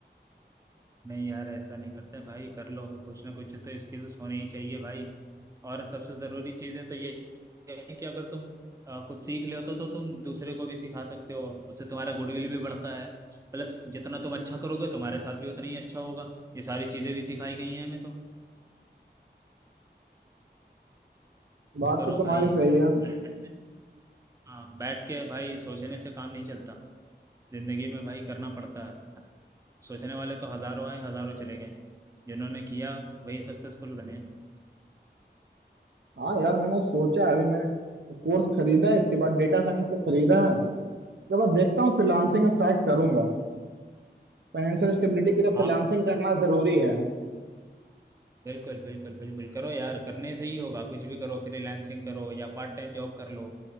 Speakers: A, on the right; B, on the right.
A: नहीं यार ऐसा नहीं करते भाई कर लो कुछ ना कुछ तो स्किल्स होनी ही चाहिए भाई और सबसे ज़रूरी चीज़ है तो ये ये है कि अगर तुम अ, कुछ सीख ले होते तो तो तुम दूसरे को भी सिखा सकते हो उससे तुम्हारा गुडविल भी बढ़ता है प्लस जितना तुम अच्छा करोगे तुम्हारे साथ भी उतना ही अच्छा होगा ये सारी चीज़ें भी सिखाई गई हैं हमें तो
B: बात
A: करो
B: तो तुम्हारी
A: भाई
B: सही है
A: बैठ हाँ बैठ के भाई सोचने से काम नहीं चलता जिंदगी में भाई करना पड़ता है सोचने वाले तो हज़ारों आए हज़ारों चले गए जिन्होंने किया वही सक्सेसफुल बने
B: हाँ यार मैंने सोचा है, अभी मैंने कोर्स खरीदा है इसके बाद डेटा साइंस का खरीदा है उसके बाद देखता हूँ फ्रीलांसिंग स्टार्ट करूंगा फाइनेंशियल स्टेबिलिटी के लिए
A: हाँ
B: फ्रीलांसिंग करना जरूरी है
A: बिल्कुल बिल्कुल बिल्कुल करो यार करने से ही होगा कुछ भी करो फ्रीलांसिंग करो या पार्ट टाइम जॉब कर लो